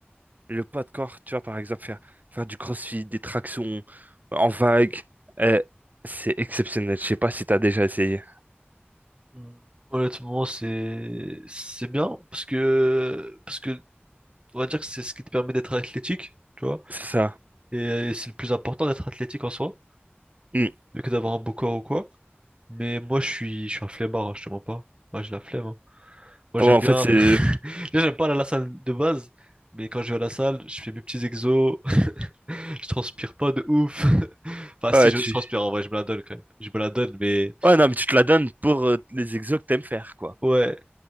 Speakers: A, on the right; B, on the right.
A: Le poids de corps, tu vois, par exemple, faire, faire du crossfit, des tractions euh, en vague, euh, c'est exceptionnel. Je sais pas si t'as déjà essayé.
B: Hmm, Honnêtement, c'est c'est bien parce que parce que on va dire que c'est ce qui te permet d'être athlétique, tu vois.
A: C'est ça.
B: Et, euh, c'est le plus important d'être athlétique en soi,
A: Hmm.
B: plus que d'avoir un beau corps ou quoi. Mais moi, je suis je suis un flemmard, hein, je te mens pas. Moi, j'ai la flemme. hein. Moi,
A: Ouais,
B: j'aime
A: en
B: bien.
A: fait, c'est...
B: <laughs> Déjà, j'aime pas aller à la salle de base, mais quand je vais à la salle, je fais mes petits exos. <laughs> Je transpire pas de ouf. <laughs> Enfin, si
A: Ouais,
B: je,
A: tu...
B: je transpire en vrai, je me la donne quand même. Je me la donne, mais
A: Ouais, non, mais tu te la donnes pour euh, les exos que t'aimes faire, quoi.
B: ouais,